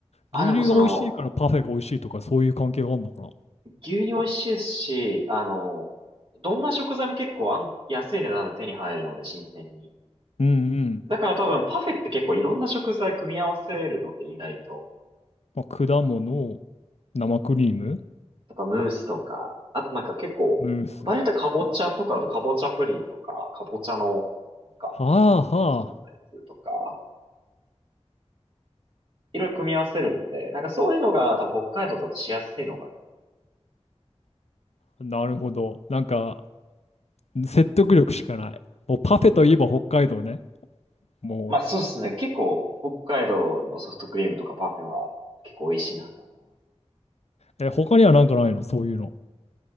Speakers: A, on the right (about 50°); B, on the left (about 70°).
A: あ、
B: 牛乳が美味しいからパフェが美味しいとかそういう関係があるのかな。
A: でもその、牛乳美味しいですし、あの、どんな食材も結構あん安い値段で手に入るので、新鮮に。
B: うんうん。
A: だから多分パフェって結構いろんな食材組み合わせるので、意外と。
B: まあ、果物、生クリーム、
A: とかムースとか、あとなんか結構、
B: ムース。
A: 場合によってはかぼちゃとかだとかぼちゃプリンとか、かぼちゃの、なんか
B: はあはあ。
A: 作ったやつとか、いろいろ組み合わせるんで、なんかそういうのが多分北海道だとしやすいのかな。
B: なるほど。なんか、説得力しかない。もうパフェといえば北海道ね。も
A: まあそうですね。結構北海道のソフトクリームとかパフェは結構美味しいなと思います。
B: う、え、他にはなんかないのそういうの。